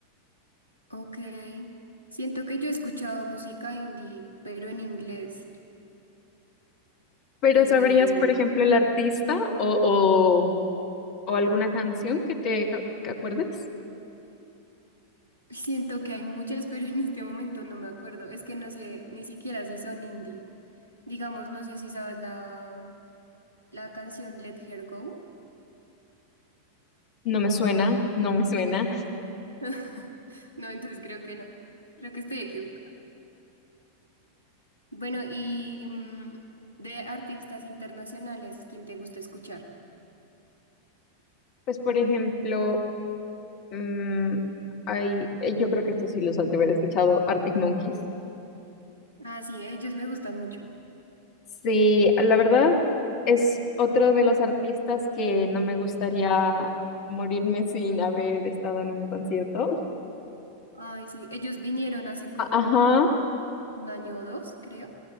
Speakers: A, on the left; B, on the left.
A: Ok. Siento que yo he escuchado música indie, pero en inglés.
B: Pero
A: Em,
B: ¿sabrías, por ejemplo, el artista o, o, o alguna canción que te ac- acuerdes?
A: siento que hay muchas, <laughs> pero en este momento no me acuerdo. Es que no sé ni siquiera si son indie. Digamos, no sé si sabes la, mm, la canción Let Her Go.
B: No me suena, no me suena.
A: <laughs> No, entonces creo que no. Creo que estoy equivocada. Bueno, y mm, de artistas internacionales, ¿quién te gusta escuchar?
B: Pues, por ejemplo, mm, hay, eh, yo creo que esto sí los has de haber escuchado, Arctic Monkeys.
A: Ah, sí, ellos me gustan mucho.
B: Sí, la verdad es otro de los artistas que no me gustaría morirme sin haber estado en un concierto.
A: Ay, sí, ellos vinieron hace como
B: A- Ajá,
A: un año o dos, creo.